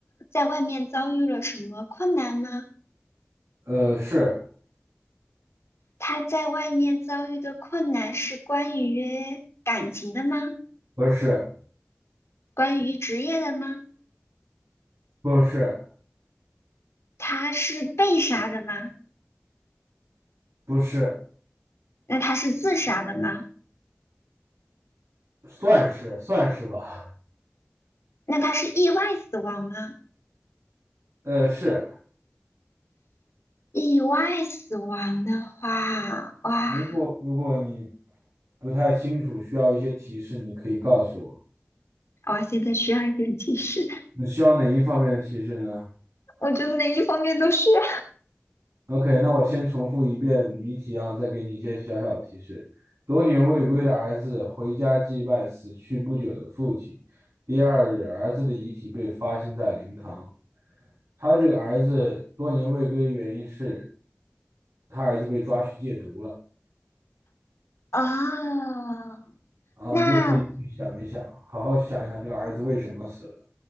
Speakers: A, on the left; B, on the right.
A: 在外面遭遇了什么困难吗？
B: 呃，是
A: 他在外面遭遇的困难是关于感情的吗？
B: 不是
A: 关于职业的吗？
B: 不是
A: 他是被杀的吗？
B: 不是？
A: 那他是自杀的吗？
B: 算是算是吧，
A: 那他是意外死亡吗？
B: 呃，是。
A: 意外死亡的话，哇，
B: 如果如果你不太清楚，需要一些提示，你可以告诉我。
A: 我现在需要一点提示，
B: 你需要哪一方面的提示呢
A: <laughs> 我觉得哪一方面都需要
B: ？OK，那我先重复一遍谜题啊，再给你一些小小的提示。多年未归的儿子回家祭拜死去不久的父亲。第二日，儿子的遗体被发现在灵堂。他这个儿子多年未归的原因是，他儿子被抓去戒毒了。
A: <laughs> 啊。
B: 啊，
A: 那
B: 你就可以去想一想，好好想一想这个儿子为什么死了，